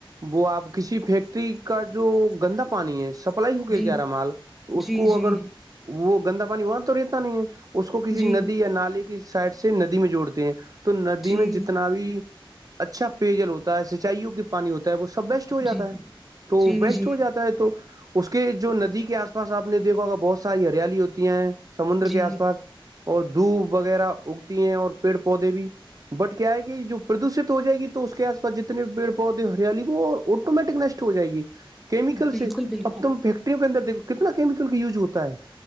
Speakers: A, on the right; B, in the centre.
A: وہ آپ کسی فیکٹ ٹری کا جو گندا پانی ہے سپلائی ہو کے
B: جی
A: جا رہا مال اس
B: جی
A: کو
B: جی
A: اگر وہ گندا پانی وہاں تو رہتا نہیں ہے اس کو کسی
B: جی
A: ندی یا نالے کی سائڈ سے ندی میں جوڑتے ہیں تو ندی
B: جی
A: میں جتنا بھی اچھا پیجل ہوتا ہے سینچائیوں کی پانی ہوتی تاہے وہ سب ویسٹ ہو جا
B: جی
A: ہے تو ویسٹ
B: جی جی
A: ہو جاتا ہے تو اس کے جو ندی کے آس پاس آپ نے دیکھا ہوگا بہت ساری ہریالی ہوتی ہیں سمندر
B: جی
A: کے آس پاس اور دھوپ وغیرہ اگتی ہیں اور پیڑ پودے بھی بٹ کیا ہے کہ جو پردوشت ہو جائے گی تو اس کے آس پس جتنے پیڑ پودے ہریالی وہ اور آٹومیٹک نش ہو جائے گی کیمیکل
B: بالکل
A: سے
B: بالکل
A: اب تم فیکٹریوں کے اندر دیکھو کتنا کیمیکل کا یوز ہوتا ہے